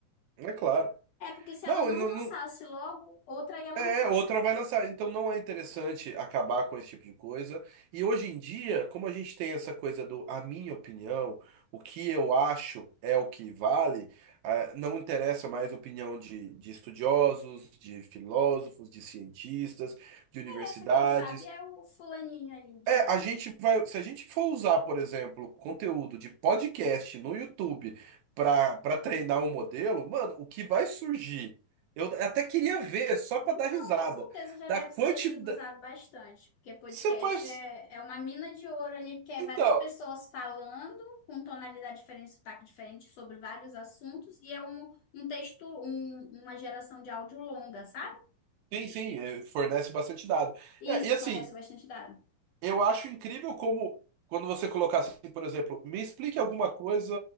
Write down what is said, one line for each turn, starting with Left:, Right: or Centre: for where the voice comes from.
Right: É claro.
Left: É porque se
Right: Não,
Left: ela não
Right: não,
Left: lançasse
Right: não,
Left: logo, outra ia lançar.
Right: É, outra vai lançar. Então não é interessante acabar com esse tipo de coisa. E hoje em dia, como a gente tem essa coisa do a minha opinião, o que eu acho é o que vale, ah, não interessa mais a opinião de, de estudiosos, de filósofos, de cientistas, de universidades.
Left: Essa, quem sabe, é o fulaninho ali de.
Right: É, a gente vai, se a gente for usar, por exemplo, conteúdo de podcast no YouTube para para treinar um modelo, mano, o que vai surgir? Eu até queria ver, só para
Left: Não,
Right: dar risada,
Left: com certeza já
Right: da
Left: deve
Right: quantidade.
Left: ser sido usado bastante, porque podcast
Right: Você faz.
Left: é, é uma mina de ouro ali, porque é
Right: Então,
Left: várias pessoas falando com tonalidade diferente, sotaque diferente sobre vários assuntos, e é um, um texto, um- uma geração de áudio longa, sabe?
Right: enfim, fornece bastante dado.
Left: Isso
Right: É, e assim,
Left: fornece bastante dado.
Right: Eu acho incrível como, quando você colocar assim, por exemplo, me explique alguma coisa,